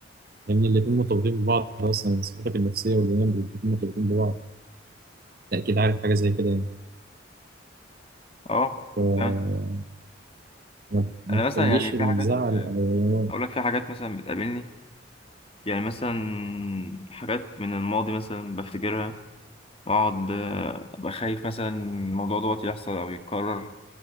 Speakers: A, on the right; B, on the left.
A: لأن الاتنين مرتبطين ببعض أصلا يعني صحتك النفسية والبدنية الاتنين مرتبطين ببعض أنت أكيد عارف حاجة زي كده يعني
B: اه
A: فما
B: فعلا.
A: ما ما
B: انا
A: تخليش
B: مثلا يعني في
A: الزعل
B: حاجات
A: أو
B: اقول لك في حاجات مثلا بتقابلني يعني مثلا حاجات من الماضي مثلا بفتكرها واقعد آه، ابقى خايف مثلا الموضوع دوت يحصل او يتكرر